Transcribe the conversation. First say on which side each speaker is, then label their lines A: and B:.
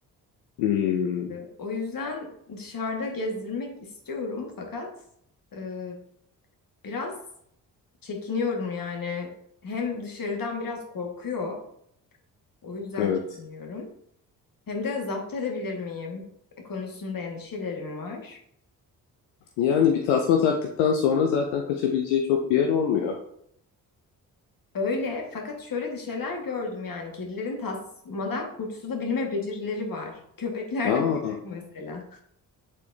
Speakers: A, on the left; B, on the left.
A: Hmm,
B: E, o yüzden dışarıda gezdirmek istiyorum fakat e, biraz çekiniyorum yani. Hem dışarıdan biraz korkuyor, o yüzden
A: evet.
B: çekiniyorum. Hem de zapt edebilir miyim konusunda endişelerim var.
A: Yani bir tasma taktıktan sonra zaten kaçabileceği çok bir yer olmuyor.
B: Öyle fakat şöyle de şeyler gördüm yani kedilerin tasmadan kurtulabilme becerileri var. Köpeklerde
A: Aa,
B: bu yok mesela.